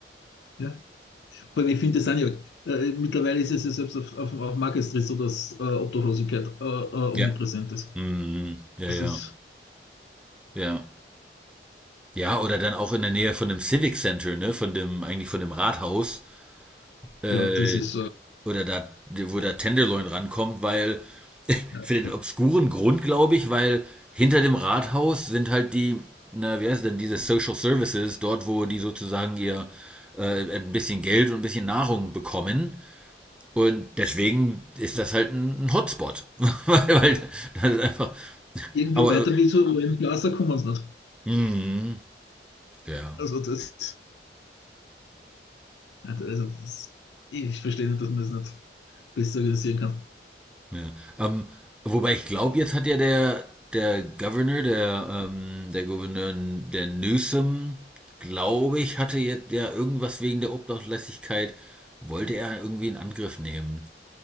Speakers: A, on the left; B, in the centre.
A: ja. Vor allem, ich finde das auch nicht. Äh, mittlerweile ist es ja selbst auf, auf, auf Market Street so, dass äh, Obdachlosigkeit äh, äh, omnipräsent
B: Ja.
A: ist.
B: Mhm. Ja,
A: Das
B: ja.
A: ist,
B: Ja. Ja, oder dann auch in der Nähe von dem Civic Center, ne, von dem, eigentlich von dem Rathaus, äh,
A: ja, das ist äh,
B: oder da, wo der Tenderloin rankommt, weil, <laughs>
A: ja.
B: für den obskuren Grund, glaube ich, weil hinter dem Rathaus sind halt die, na, wie heißt denn, diese Social Services, dort, wo die sozusagen ihr äh, ein bisschen Geld und ein bisschen Nahrung bekommen. Und deswegen ist das halt ein, ein Hotspot. <laughs> weil, weil das ist einfach.
A: irgendwie
B: Aber,
A: weiter wie zu OM Plaza kommen sie nicht.
B: mm, ja.
A: Also das, also das, ich verstehe nicht, dass man es das nicht besser organisieren kann.
B: Ja. Ähm, wobei ich glaube, jetzt hat ja der, der Governor, der, ähm, der Gouverneur, der Newsom, glaube ich, hatte jetzt ja irgendwas wegen der Obdachlosigkeit, wollte er irgendwie in Angriff nehmen.